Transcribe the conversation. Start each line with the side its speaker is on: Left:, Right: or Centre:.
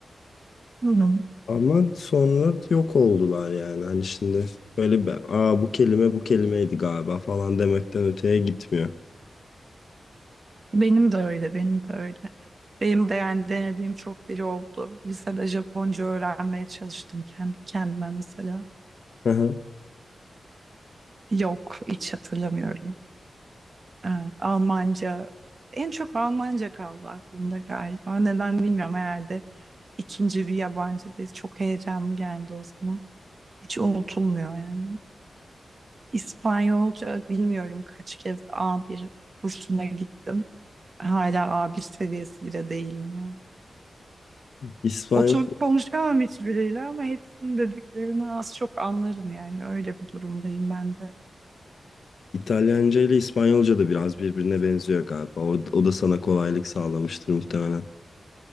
Right: Hı hı.
Left: Ama sonra yok oldular yani. Hani şimdi böyle bir, aa bu kelime bu kelimeydi galiba falan demekten öteye gitmiyor.
Right: Benim de öyle, benim de öyle. Benim de yani denediğim çok dil oldu. Lisede Japonca öğrenmeye çalıştım kendi kendime mesela.
Left: Hı hı.
Right: Yok, hiç hatırlamıyorum. Evet, Almanca, en çok Almanca kaldı aklımda galiba. Neden bilmiyorum herhalde. ikinci bir yabancı dil çok heyecanlı geldi o zaman. Hiç unutulmuyor yani. İspanyolca bilmiyorum kaç kez a bir kursuna gittim. Hala A1 seviyesinde değilim yani.
Left: İspanyolca,
Right: Oturup konuşamam hiçbiriyle ama hepsinin dediklerini az çok anlarım yani öyle bir durumdayım ben de.
Left: İtalyanca ile İspanyolca da biraz birbirine benziyor galiba. O, o da sana kolaylık sağlamıştır muhtemelen.